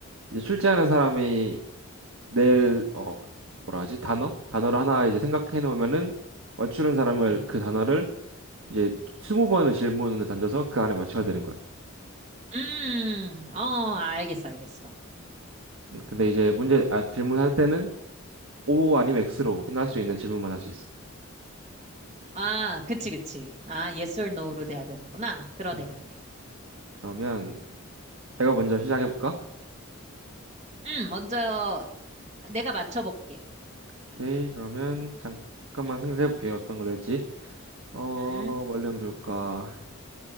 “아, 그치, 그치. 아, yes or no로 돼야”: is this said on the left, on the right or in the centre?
Right